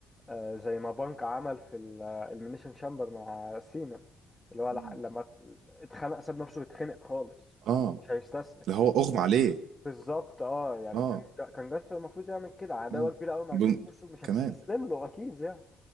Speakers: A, on the left (about 15°); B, on the right (about 80°).
A: آه، زي ما بانك عمل في الاليمينيشن شامبر مع سينا اللي هو
B: مم.
A: لح- لما ات- اتخنق ساب نفسه يتخنق خالص
B: اه
A: مش هيستسلم
B: اللي هو اغمى عليه
A: بالظبط اه يعني
B: اه
A: كان جا- كان جاستر المفروض يعمل كده عداوة
B: اه
A: كبيرة قوي مع جاي
B: جون
A: اوسو مش هتستسلم
B: كمان
A: له اكيد يعني